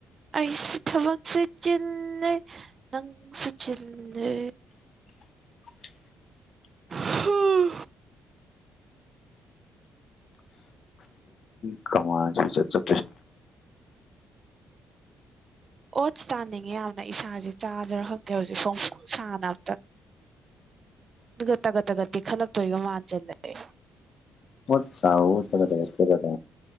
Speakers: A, on the right; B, on the left.
A: ꯑꯩꯁꯨ ꯊꯕꯛꯁꯦ ꯆꯤꯟꯂꯦ꯫ ꯅꯪꯁꯨ ꯆꯤꯜꯂꯦ
B: <inaudible>
A: ꯍꯝ꯫
B: ꯀꯃ ꯆꯠꯇ꯭ꯔꯁ
A: ꯑꯣꯠ ꯆꯥꯅꯤꯡꯉꯤ ꯌꯥꯝꯅ ꯏꯁꯥꯁꯦ ꯆꯥꯖꯔ ꯈꯪꯗꯦ ꯍꯧꯖꯤꯛ ꯁ ꯁ ꯁꯥꯅ ꯑꯝꯇ ꯑꯗꯨꯒ ꯇꯥꯠ ꯇꯒꯠꯇꯦ ꯈꯜꯂꯛꯇꯣꯏꯒ ꯃꯥꯟꯁꯤꯜꯂꯑꯦ
B: ꯃꯠ ꯇꯒꯗꯁ ꯀꯗ